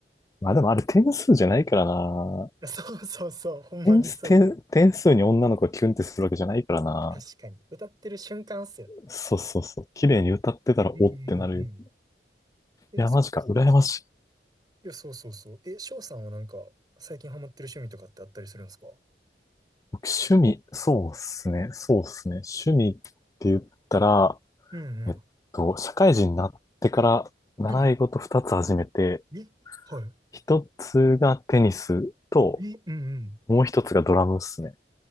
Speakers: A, on the left; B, on the right.
A: まあでもあれ点数じゃないからな。
B: <laughs> そうそうそう、ほんまにそう。
A: 点数、点、点数に女の子がキュンってするわけじゃないからな。
B: 確かに。歌ってる瞬間っすよね。
A: そうそうそう。綺麗に歌ってたらおってなるよ。
B: うんうんうん。え、
A: いや、
B: それこそ、
A: マジか。羨ましい。
B: いや、そうそうそう。え、翔さんはなんか、最近ハマってる趣味とかってあったりするんですか
A: 僕、趣味、そうっすね。そうっすね。趣味って言ったら、
B: うんうん。
A: えっと、社会人になってから習い事二つ始めて、
B: うんえ、はい。
A: 一つがテニスと、
B: え、うんうん。
A: もう一つがドラムっすね。